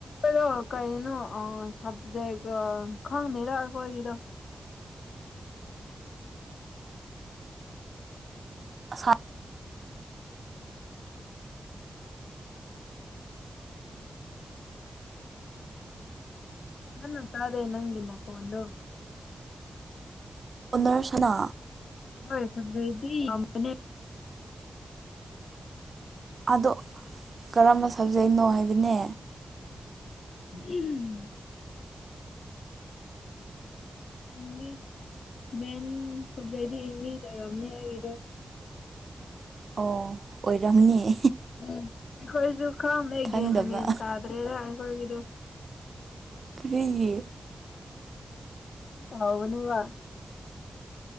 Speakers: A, on the left; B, on the right.
A: ꯑꯩꯈꯣꯏꯗꯣ ꯀꯩꯅꯣ ꯁꯞꯖꯦꯛ ꯈꯪꯗꯔ ꯑꯩꯈꯣꯏꯒꯤꯗꯣ
B: ꯑꯁ
A: ꯅꯅ ꯇꯥꯦ ꯅꯪ ꯅ ꯀꯣꯟꯣꯟ
B: ꯎꯅꯔꯁꯅꯥ
A: ꯍꯣꯏ ꯁꯗꯤꯅꯦ
B: ꯑꯗꯣ ꯀꯔꯝꯕ ꯁꯕꯖꯦꯛꯅꯣ ꯍꯥꯏꯕꯅꯦ
A: ꯎꯝ ꯏꯂꯤꯁ ꯃ ꯁꯖꯗꯤ ꯏꯪꯂꯤꯁ ꯑꯣꯏꯔꯝꯅꯤ ꯍꯥꯏꯗ
B: ꯑꯣ ꯑꯣꯏꯔꯝꯅꯤꯌꯦ
A: ꯎꯝ ꯑꯩꯈꯣꯏꯁꯨ ꯈꯝꯦꯒꯦꯃꯦ
B: ꯈꯪꯗꯕ
A: ꯇꯗ꯭ꯔꯦꯗ ꯑꯩꯈꯣꯏꯒꯤꯗꯨ
B: ꯀꯔꯤꯒꯤ
A: ꯍꯕꯅꯤ ꯋꯥ